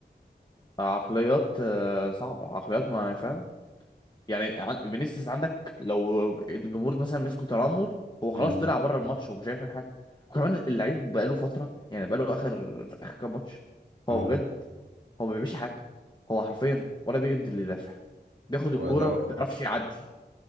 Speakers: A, on the left (about 25°); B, on the right (about 80°).
A: عقليات آه، صعبه عقليات ما فاهم يعني عن- فينيسيوس عندك لو الجمهور مثلا مسكوا تنمر هو خلاص
B: مم.
A: طلع بره الماتش هو مش هيفهم حاجه وكمان اللعيب بقاله فتره يعني بقاله اخر اخر كام ماتش
B: اه
A: هو بجد هو ما بيعملش حاجه هو حرفيا ولا بيجند اللي يدافع بياخد الكوره
B: هو ده
A: ما
B: وح-
A: بيعرفش يعدي